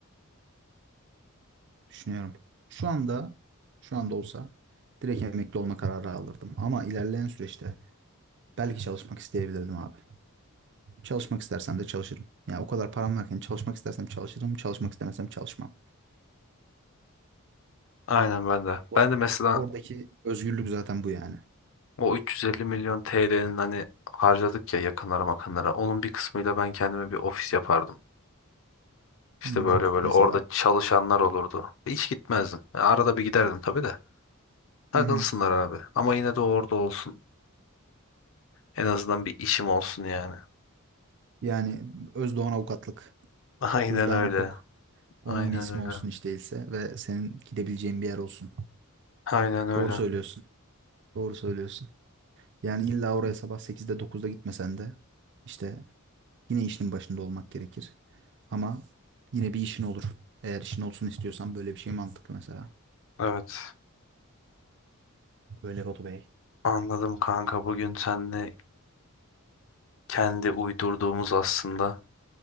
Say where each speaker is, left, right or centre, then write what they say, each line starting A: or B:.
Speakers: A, on the right (about 55°); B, on the left (about 60°).
A: Düşünüyorum. Şu anda şu anda olsa direkt emekli olma kararı alırdım. Ama ilerleyen süreçte belki çalışmak isteyebilirdim abi. Çalışmak istersem de çalışırım. Yani o kadar param varken çalışmak istersem çalışırım, çalışmak istemesem çalışmam.
B: Aynen ben de. Ben
A: O-
B: de mesela
A: Oradaki özgürlük zaten bu yani.
B: o 350 milyon TL'nin hani harcadık ya yakınlara makınlara. Onun bir kısmıyla ben kendime bir ofis yapardım. İşte
A: Hı,
B: böyle
A: bak
B: böyle
A: mesela.
B: orada çalışanlar olurdu. Hiç gitmezdim. Yani arada bir giderdim tabii de. Takılsınlar
A: Hı hı.
B: abi. Ama yine de orada olsun. En azından bir işim olsun yani.
A: Yani Özdoğan Avukatlık,
B: <laughs> Aynen
A: Özdoğan
B: öyle.
A: Hukuk. Onun
B: Aynen
A: bir ismi
B: öyle.
A: olsun hiç değilse ve senin gidebileceğin bir yer olsun.
B: Aynen öyle.
A: Doğru söylüyorsun. Doğru söylüyorsun. Yani illa oraya sabah sekizde dokuzda gitmesen de işte yine işinin başında olmak gerekir. Ama yine bir işin olur. Eğer işin olsun istiyorsan böyle bir şey mantıklı mesela.
B: Evet.
A: Öyle Batu Bey.
B: Anladım kanka. Bugün seninle kendi uydurduğumuz aslında.